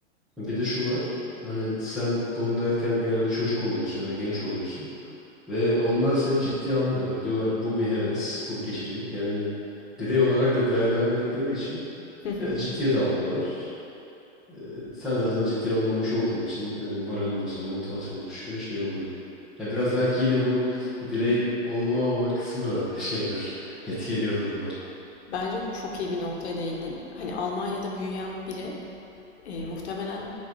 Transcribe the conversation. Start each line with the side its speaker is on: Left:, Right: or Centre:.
Centre: Bir de şu var. Hani sen bunu derken genelde çocuk oluyorsun ya da genç oluyorsun. Ve onlar seni ciddiye almıyorlar. Diyorlar bu bir heves, bu geçecek. Yani birey olarak da değer vermedikleri için
Left: <laughs>
Centre: e, ciddiye de almıyorlar. E, sen de zaten ciddiye alınmamış olduğun için e, moralin bozuluyor, motivasyon düşüyor, şey oluyor. Ya biraz belki yine bu birey olunamama kısmı da <laughs> şeydir, etki ediyordur buna.
Left: Bence çok iyi bir noktaya değindin. Hani Almanya'da büyüyen biri e, muhtemelen